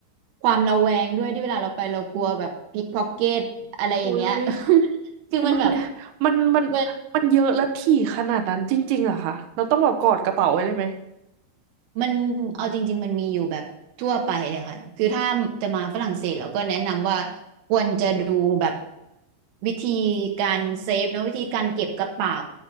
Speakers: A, on the right; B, on the right.
A: ความระแวงด้วยที่เวลาเราไปเรากลัวแบบพิกพ็อกเก็ตอะไรอย่างเงี้ย
B: อุ้ย
A: <laughs> คือมันแบบ
B: มันมันมัน
A: มัน
B: มันเยอะและถี่ขนาดนั้นจริงๆเหรอคะเราต้องแบบกอดกระเป๋าไว้เลยไหม
A: มันเอาจริงๆมันมีอยู่แบบทั่วไปเลยค่ะคือถ้าจะมาฝรั่งเศสเราก็แนะนำว่าควรจะดูแบบวิธีการเซฟเนอะวิธีการเก็บกระเป๋า